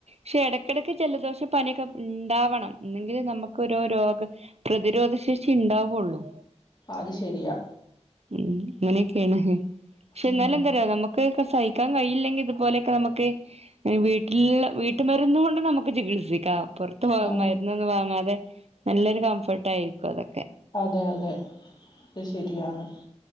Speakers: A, on the right (about 65°); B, on the left (about 35°).
A: ക്ഷെ എടക്കെടക്ക് ജലദോഷ പനീക്കെ ഇണ്ടാവണം എന്നെങ്കിലേ നമുക്കൊരോ രോഗ പ്രതിരോധശേഷി ഇണ്ടാവൊള്ളൂ
B: അത് ശെരിയാ
A: ഉം അങ്ങനെയൊക്കെയാണ് ക്ഷെ
B: ഉം.
A: ന്നാലെന്തറിയോ നമു ക്കെക്കെ സയിക്കാൻ കഴിയില്ലെങ്കി ഇതുപോലെക്കെ നമുക്ക് ഈവീട്ടില്ള്ള വീട്ടുമരുന്ന് കൊണ്ട് നമുക്ക് ചികിത്സിക്കാം പൊറത്ത് പോം
B: ആ,
A: മര്ന്നൊന്നും വാങ്ങാതെ നല്ലൊരു കംഫ് ഇട്ടാരിക്കും അതൊ
B: അതെ അതെ ത് ശരിയാണ്